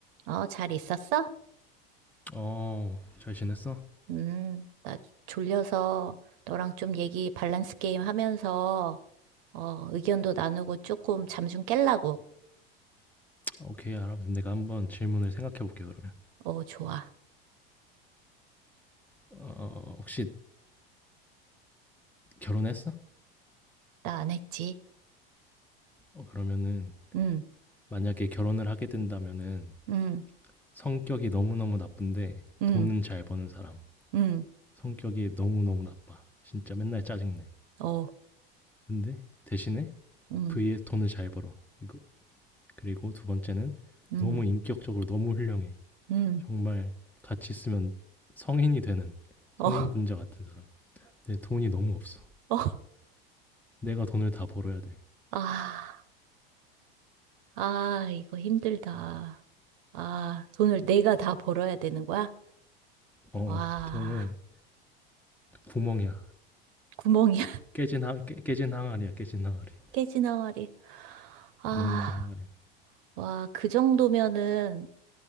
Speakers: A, on the right (about 65°); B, in the centre.
A: 어, 잘 있었어?
B: 어, 잘 지냈어?
A: 음, 나 졸려서 너랑 좀 얘기 밸런스 게임 하면서, 어, 의견도 나누고 조금 잠 좀 깰라고.
B: 오케이, 알아. 내가 한번 질문을 생각해 볼게, 그러면.
A: 어, 좋아.
B: 어, 혹시 결혼했어?
A: 나 안 했지.
B: 어, 그러면은,
A: 음,
B: 만약에 결혼을 하게 된다면은,
A: 음,
B: 성격이 너무너무 나쁜데,
A: 음,
B: 돈은 잘 버는 사람.
A: 음,
B: 성격이 너무너무 나빠. 진짜 맨날 짜증내.
A: 어,
B: 근데, 대신에,
A: 음,
B: vs 돈을 잘 벌어. 이거, 그리고 두 번째는,
A: 음,
B: 너무 인격적으로 너무 훌륭해.
A: 음,
B: 정말, 같이 있으면 성인이 되는, 성인
A: 어,
B: 군자 같은 사람. 근데 돈이 너무 없어.
A: <laughs> 어.
B: 내가 돈을 다 벌어야 돼.
A: 아, 아, 이거 힘들다. 아, 돈을 내가 다 벌어야 되는 거야?
B: 어
A: 와,
B: 돈을 구멍이야
A: 구멍이야. <laughs>
B: 깨진 항 깨, 깨진 항아리야 깨진 항아리
A: 깨지나가리. 아,
B: 먹는 항아리야
A: 와, 그 정도면은,